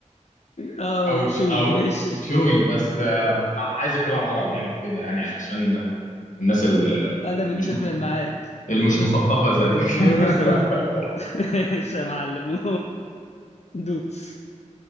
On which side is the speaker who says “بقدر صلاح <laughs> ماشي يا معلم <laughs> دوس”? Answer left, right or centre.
Left